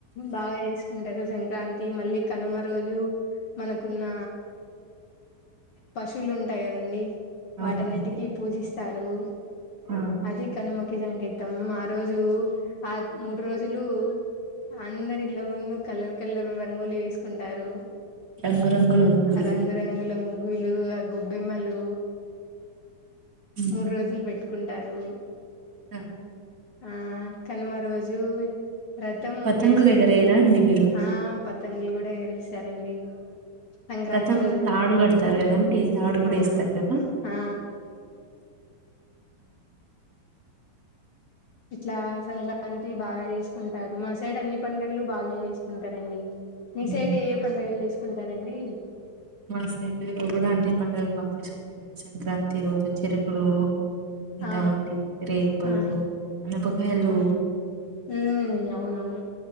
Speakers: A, on the left (about 80°); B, on the right (about 50°).
A: బాగా చేసుకుంటారు సంక్రాంతి మళ్ళీ కనుమ రోజు మనకున్న పశువులు ఉంటాయి కదండి వాటన్నింటికి
B: అవునండి
A: పూజిస్తారు
B: ఆ,
A: అది కనుమకి సంగీతం ఆ రోజు ఆ మూడు రోజులు అందరు ఇళ్ల ముందు కలర్ కలర్ రంగులు వేసుకుంటారు
B: రంగురంగుల ముగ్గులు
A: రంగు రంగుల ముగ లు ఆ గొబ్బెమ్మలు
B: ఉమ్.
A: మూడు రోజులు పేటు కుంటారు
B: ఆ
A: ఆ కనుమ రోజు రథం ముగేసుకుంట
B: పతంగులు ఎగరేయరా అండి మీరు
A: ఆ పతంగులు కూడా ఎగిరేస్తారండి సంక్రాంతి
B: రతం
A: రోజు
B: తాడు కడతారు కదా కదంటే ఈ తాడు కూడా
A: ఆహా
B: వేస్తారు కదా
A: ఆ ఇట్లా సంక్రాంతి బాగా చేసుకుంటారు మా సైడ్ అన్ని పండుగలు బాగానే చేసుకుంటారండి మీ
B: ఉమ్.
A: సైడ్ ఏ పండగలు చేసుకుంటారండి
B: మా సైడ్లో కూడా అన్ని పండుగలు బాగా చేసుకుంటారు అండి సంక్రాంతి రోజు చెరుకులు తింటామండి
A: ఆ
B: రేగిపళ్ళు
A: ఆ
B: అనపకాయలు
A: ఉమ్ అవునవును